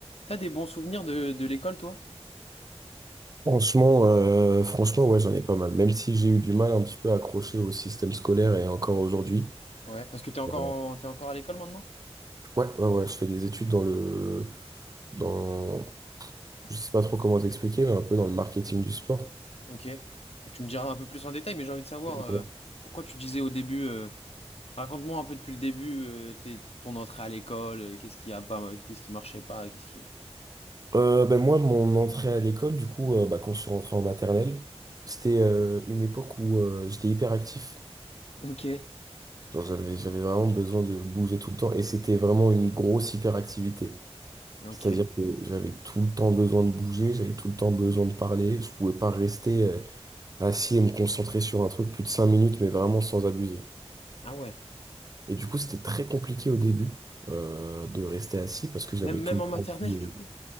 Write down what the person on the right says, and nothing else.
Franchement, euh, franchement, ouais, j'en ai pas mal. Même si j'ai eu du mal un petit peu à accrocher au système scolaire et encore aujourd'hui.
euh,
Ouais, ouais, ouais, je fais des études dans le, dans, je sais pas trop comment t'expliquer, mais un peu dans le marketing du sport.
Ouais.
Euh, ben moi, mon entrée à l'école, du coup, euh, bah, quand je suis rentré en maternelle, c'était euh, une époque où euh, j'étais hyper actif.
Genre, j'avais, j'avais vraiment besoin de bouger tout le temps et c'était vraiment une grosse hyperactivité.
C'est-à-dire que j'avais tout le temps besoin de bouger, j'avais tout le temps besoin de parler. Je pouvais pas rester euh, assis et me concentrer sur un truc plus de cinq minutes, mais vraiment sans abuser.
Et du coup, c'était très compliqué au début euh, de rester assis parce que j'avais
tout le
temps.
envie de-